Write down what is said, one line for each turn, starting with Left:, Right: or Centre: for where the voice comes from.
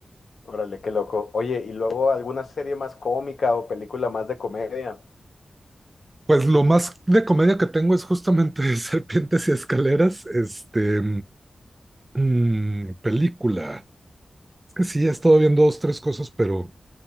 Left: Órale, qué loco. Oye, y luego alguna serie más cómica o película más de comedia.
Right: Pues lo más de comedia que tengo es justamente <laughs> Serpientes y Escaleras, este, mm, película. Es que sí, he estado viendo dos, tres cosas, pero...